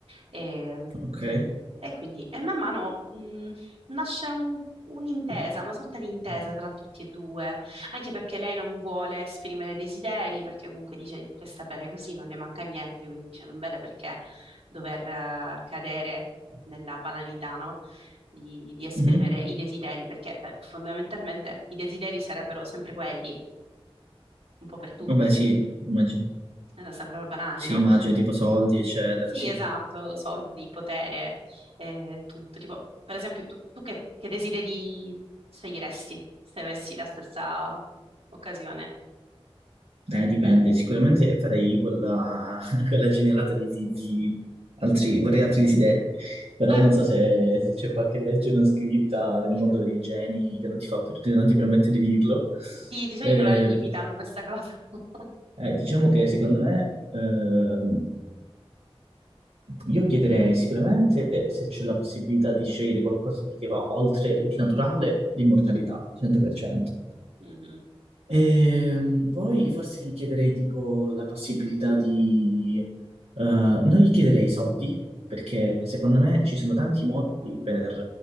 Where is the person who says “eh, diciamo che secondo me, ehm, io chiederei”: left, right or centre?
Right